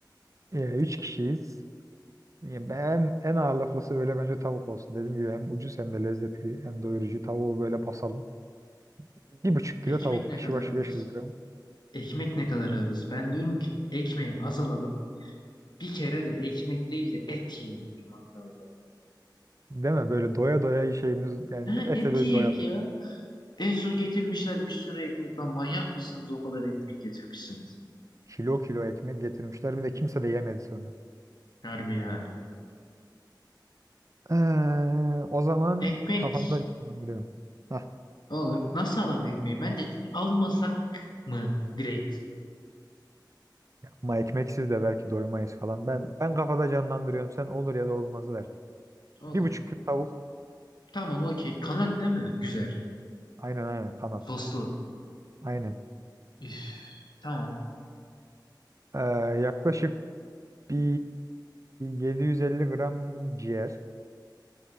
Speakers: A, on the right; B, on the left.
A: E, üç kişiyiz. Ya Ben en ağırlıklısı böyle bence tavuk olsun. Dediğim gibi hem ucuz hem de lezzetli hem doyurucu. Tavuğu böyle basalım. Bir buçuk kilo
B: Ekmek
A: tavuk.
B: ne
A: Kişi
B: kadar
A: başı
B: alırız?
A: 500 gram.
B: Ekmek ne kadar alırız? Ben diyorum ki ekmeği az alalım. Bir kere de ekmek değil de et yiyelim bir mangalda.
A: Değil mi? Böyle doya doya şeyimiz yani
B: Ha
A: ete
B: et
A: böyle
B: yiyek
A: doyalım.
B: ya. En son getirmişler bir sürü ekmek. Lan manyak mısınız o kadar ekmeği getirmişsiniz?
A: Kilo kilo ekmek getirmişler. Bir de kimse de yemedi sonra.
B: Harbi ya.
A: Ee, o zaman
B: Ekmek
A: kafamda canlandırıyorum. Hah,
B: olur. Nasıl alalım ekmeği? Bence almasak mı direkt?
A: ama ekmeksiz de belki doymayız falan. Ben ben kafada canlandırıyorum. Sen olur ya da olmazı der.
B: Olur.
A: Bir buçuk kilo tavuk.
B: Tamam okey. Kanat değil mi? Güzel.
A: Aynen aynen kanat.
B: Soslu.
A: Aynen.
B: Üf, tamam.
A: Ee, yaklaşık Bir 750 gram ciğer.